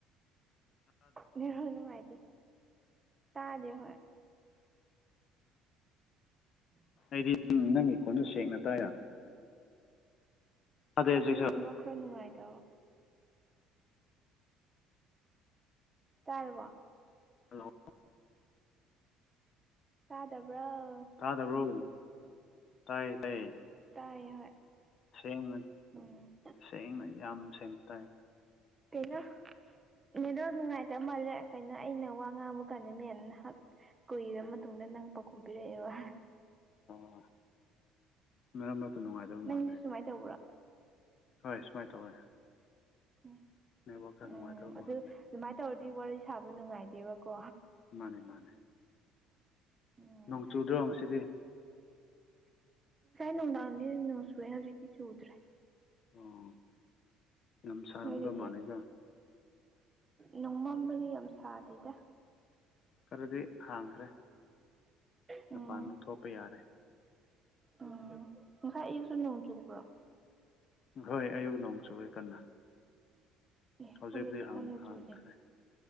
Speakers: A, on the right; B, on the left.
A: ꯅꯦꯠꯋꯥꯛ ꯅꯨꯡꯉꯥꯏꯇꯦ ꯇꯥꯗꯦ ꯍꯣꯏ ꯎꯝ <unintelligible>
B: ꯑꯩꯗꯤ ꯅꯪꯒꯤ ꯈꯣꯟꯗꯣ ꯁꯦꯡꯅ ꯇꯥꯏꯌꯦ ꯍꯧꯖꯤꯛꯁꯨ
A: ꯎꯝ ꯅꯦꯠꯋꯥꯛ ꯈꯔ ꯅꯨꯡꯉꯥꯏꯇꯕ ꯇꯥꯔꯕꫭ
B: ꯍꯜꯂꯣ
A: ꯇꯥꯗꯕ꯭ꯔꯣ
B: ꯇꯥꯗꯕ꯭ꯔꯣ ꯇꯥꯏꯌꯦ ꯇꯥꯏꯌꯦ
A: ꯇꯥꯏ ꯍꯣꯏ
B: ꯁꯦꯡꯅ
A: ꯎꯝ
B: ꯁꯦꯡꯅ ꯌꯥꯝ ꯁꯦꯡꯅ ꯇꯥꯏ
A: ꯀꯩꯅꯣ ꯅꯦꯠꯋꯥꯛ ꯅꯨꯡꯉꯥꯏꯇ ꯃꯥꯜꯂꯦ ꯀꯩꯅꯣ ꯑꯩꯅ ꯋꯥ ꯉꯥꯡꯕ ꯀꯥꯟꯗ ꯅꯍꯥꯛ ꯀꯨꯏꯔꯕ ꯃꯇꯨꯡꯗ ꯅꯪ ꯄꯥꯎꯈꯨꯝ ꯄꯤꯔꯛꯑꯦꯕ
B: ꯑꯣ ꯃꯔꯛ ꯃꯔꯛꯇ ꯅꯨꯡꯉꯥꯏꯗꯕ
A: ꯅꯪꯒꯤꯁꯨ
B: ꯃꯥꯜꯂꯦ
A: ꯁꯨꯃꯥꯏꯅ ꯇꯧꯕ꯭ꯔꯣ
B: ꯍꯣꯏ ꯁꯨꯃꯥꯏꯅ ꯇꯧꯋꯦ
A: ꯎꯝ
B: ꯅꯦꯠꯋꯥꯛ ꯈꯔ
A: ꯎꯝ
B: ꯅꯨꯡꯉꯥꯏꯇꯕ
A: ꯑꯗꯨ
B: ꯃꯥꯜꯂꯦ
A: ꯑꯗꯨꯃꯥꯏꯅ ꯇꯧꯔꯗꯤ ꯋꯥꯔꯤ ꯁꯥꯕ ꯅꯨꯡꯉꯥꯏꯗꯦꯕꯀꯣ
B: ꯃꯥꯅꯦ ꯃꯥꯅꯦ
A: ꯎꯝ
B: ꯅꯣꯡ ꯆꯨꯗ꯭ꯔꯣ ꯉꯁꯤꯗꯤ
A: ꯅꯨꯡꯗꯥꯡꯗꯤ ꯅꫭꯡ ꯆꯨꯏꯋ° ꯍꯧꯖꯤꯛꯇꯤ ꯆꯨꯗ꯭ꯔꯦ
B: ꯑꯣ ꯌꯥꯝ ꯁꯥꯔꯝꯃꯗꯧ
A: ꯅꯣꯏꯗꯗꯤ
B: ꯃꯥꯜꯂꯦꯗ
A: ꯅꯣꯡꯃꯝꯕꯗꯤ ꯌꯥꯝ ꯁꯥꯗꯦꯗ
B: ꯑꯗꯨꯗꯤ ꯍꯥꯡꯈ꯭ꯔꯦ
A: ꯑꯝ
B: ꯃꯄꯥꯟꯗ ꯊꯣꯛꯄ ꯌꯥꯔꯦ
A: ꯎꯝ ꯉꯁꯥꯏ ꯑꯩꯌꯨꯛꯁꯨ ꯅꯣꯡ ꯆꯨꯕ꯭ꯔꯣ
B: ꯍꯣꯏ ꯑꯌꯨꯛ ꯅꯣꯡ ꯆꯨꯌꯦ ꯀꯟꯅ
A: ꯑꯦ ꯑꯩꯈꯣꯢꯗꯗꯤ
B: ꯍꯧꯖꯤꯛꯄꯨꯗꯤ ꯍꯥꯡꯈ꯭ꯔꯦ
A: ꯀꯟꯅ ꯆꯨꯗꯦ